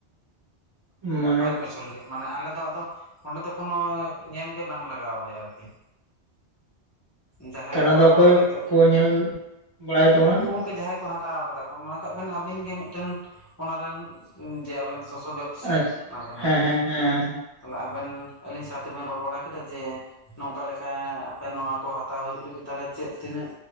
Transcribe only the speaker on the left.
ᱵᱚᱪᱷᱚᱨ ᱞᱟᱹᱜᱤᱫ ᱢᱟᱱᱮ ᱟᱞᱮ ᱫᱚ ᱟᱫᱚ ᱚᱸᱰᱮ ᱫᱚ ᱠᱳᱱᱳ ᱧᱮᱞ ᱜᱮ ᱵᱟᱝ ᱞᱟᱜᱟᱣ ᱟᱞᱮᱭᱟ ᱟᱨᱠᱤ᱾ ᱡᱟᱦᱟᱸᱭ
ᱠᱚᱨᱟᱭ
ᱡᱚᱛᱚ
ᱩᱱᱠᱩ ᱦᱚᱠᱤ ᱡᱟᱦᱟᱸᱭ ᱠᱚ ᱦᱟ ᱦᱟᱛᱟᱣ ᱠᱟᱫᱟ ᱠᱚ ᱢᱚᱱᱮ ᱠᱟᱜ ᱵᱮᱱ ᱟᱵᱤᱱ ᱜᱮ ᱢᱤᱫᱴᱮᱱ ᱚᱱᱟᱨᱮᱱ ᱡᱮ ᱟᱵᱮᱱ ᱥᱚᱥᱚ ᱵᱮᱯᱥᱤᱠ
ᱠᱟᱱᱟᱵᱮᱱ ᱟᱨᱠᱤ
<unintelligible> ᱛᱟᱦᱚᱞᱮ ᱟᱵᱮᱱ ᱟᱹᱞᱤᱧ ᱥᱟᱶᱛᱮ ᱵᱮᱱ ᱨᱚᱲ ᱵᱟᱲᱟ ᱠᱮᱫᱟ ᱡᱮ ᱱᱚᱝᱠᱟ ᱞᱮᱠᱟ ᱟᱯᱮ ᱱᱚᱣᱟ ᱠᱚ ᱦᱟᱛᱟᱣ ᱦᱩᱭᱩᱜ ᱞᱟᱹᱜᱤᱫ ᱛᱟᱦᱚᱞᱮ ᱪᱮᱫ ᱛᱤᱱᱟᱹᱜ